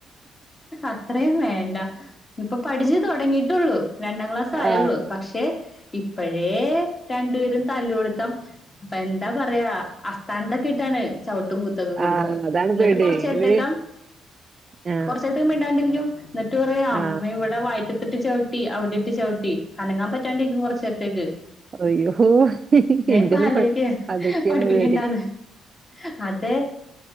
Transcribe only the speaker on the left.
അത്രയും വേണ്ട ഇപ്പൊ പഠിച്ചു തുടങ്ങിയിട്ടുള്ളൂ രണ്ടാം ക്ലാസ് ആയുള്ളൂ
പക്ഷേ ഇപ്പഴേ രണ്ടുപേരും തല്ല് പിട്ത്തം അപ്പൊ എന്താ പറയാ അസ്ഥാനത്തൊക്കെയിട്ടാണ് ചവിട്ടും കു ത്തൊക്കെ കൊടുക്ക
എന്നിട്ട്
കുറ്ച്ച
ത്തേക്ക
കൊറച്ചേരത്തേക്ക് മിണ്ടാണ്ടിരിക്കും എന്നിട്ട് പറയും അമ്മേ
ഇവിടെ വയറ്റത്തിട്ട് ചവിട്ടി അവിടെ ഇട്ട് ചവിട്ടി അനങ്ങാൻ പറ്റ റ്റാണ്ടരിക്കും കൊറചേരത്തേക്ക്
ഞപ്പ
ആലോയ്ക്കപഠിപ്പിക്കണ്ടാന്ന്
അതെ